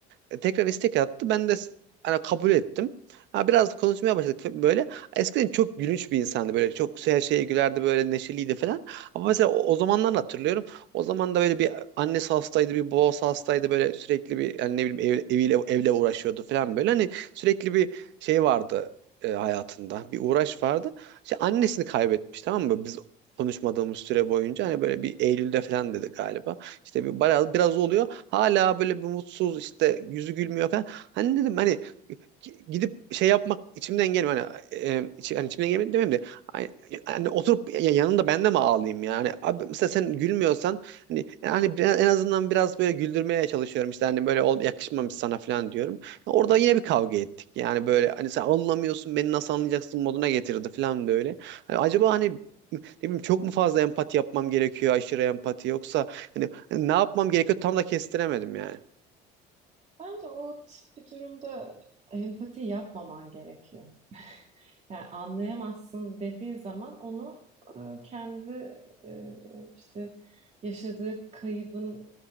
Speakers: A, on the right; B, on the right.
A: e, tekrar istek attı. Ben de s- hani kabul ettim. Ha, biraz konuşmaya başladık fe- böyle. Eskiden çok gülünç bir insandı böyle. Çok her şeye gülerdi böyle neşeliydi falan. Ama mesela o, o zamanlar hatırlıyorum. O zaman da böyle bir annesi hastaydı, bir babası hastaydı böyle sürekli bir yani ne bileyim ev, eviyle evle uğraşıyordu falan böyle. Hani sürekli bir şey vardı e, hayatında. Bir uğraş vardı. İşte annesini kaybetmiş tamam mı? Biz konuşmadığımız süre boyunca hani böyle bir Eylül'de falan dedi galiba. İşte bir biraz, biraz oluyor. Hala böyle bir mutsuz işte yüzü gülmüyor falan. Hani dedim hani gi- gidip şey yapmak içimden gelmiyor. Hani, e, içi- hani içimden gelmiyor demeyeyim de ay- hani oturup ya- yanında ben de mi ağlayayım yani? Abi mesela sen gülmüyorsan hani yani biraz- en azından biraz böyle güldürmeye çalışıyorum. İşte hani böyle ol, yakışmamış sana falan diyorum. Orada yine bir kavga ettik. Yani böyle hani sen anlamıyorsun beni nasıl anlayacaksın moduna getirdi falan böyle. Hani acaba hani ne bileyim çok mu fazla empati yapmam gerekiyor aşırı empati yoksa hani ne yapmam gerekiyor tam da kestiremedim yani.
B: bence o tip bir durumda empati yapmaman gerekiyor. Yani anlayamazsın dediği zaman onu e, kendi e, işte yaşadığı kaybın